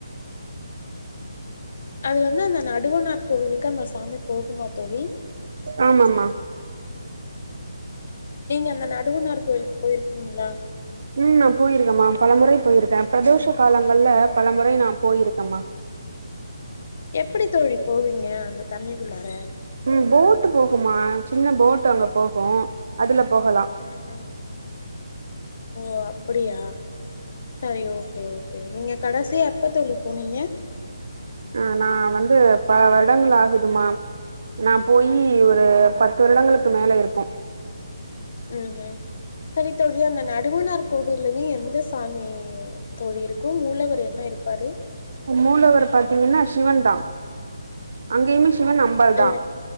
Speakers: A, on the left; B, on the right.
A: ம் ஹும் அது வந்து அந்த நடுவனார் கோவிலுக்கு அந்த சாமி போகுமா தோழி
B: ஆமாம்மா
A: நீங்க அந்த நடுவுனார் கோயிலுக்கு போயிருக்கீங்களா
B: ம் நா போயிருக்கேம்மா பல முறை போயிருக்கே பிரதோஷ காலங்கள்ல பல முறை நா போயிருக்கேம்மா
A: எப்படி தோழி போவீங்க அந்த தண்ணிக்குள்ளாற
B: ம் போட்டு போகும்மா சின்ன போட்டு அங்க போகு அதுல போகலா
A: ம் ஹும் ஓ அப்படியா சரி ஓகே ஓகே நீங்க கடைசியா எப்ப தோழி போனீங்க
B: ஆ நா வந்து பல வருடங்கள் ஆகுதும்மா நா போயி ஒரு பத்து வருடங்களுக்கு மேல இருக்கு
A: ம் ஹும் சரி தோழி அந்த நடுவனார் கோவில்லயு எந்த சாமி தோழி இருக்கு மூலவர் என்ன இருப்பாரு
B: அ மூலவர் பாத்தீங்கன்னா சிவன்தா அங்கயுமே சிவன் அம்பாள்தா
A: அ